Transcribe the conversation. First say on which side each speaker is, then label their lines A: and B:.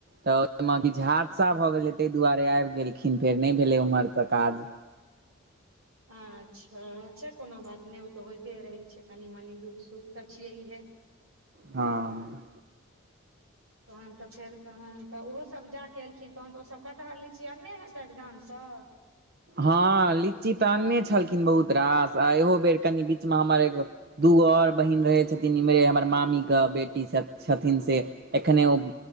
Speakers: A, on the right (about 45°); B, on the right (about 80°).
A: तऽ ओहि
B: अच्छा
A: लमे किछु हादसा
B: अच्छा
A: भऽ गेलै ताहि दुआरे आबि गेलखिन फेर नहि भेलै ओम्हर तऽ काज।
B: अच्छा, अच्छा, कोनो बात नहि ओ तऽ होइते रहे छै। कनी मनी दुख सुख तऽ छियै हे।
A: हँ।
B: तहन त फेर तहन तऽ ओहोसभ जाकऽ एलखिन तहन तऽ ओसभ कटहर लीची आरने हेतथि गाम सँ
A: हँ, लीची त अन्ने छलखिन बहुत रास आ इहो बेर कनि बीचमे हमर एगो दूगो आओर बहीन रहै छथिन, इम्हरे हमर मामी के बेटी छथिन सँ एखने ओ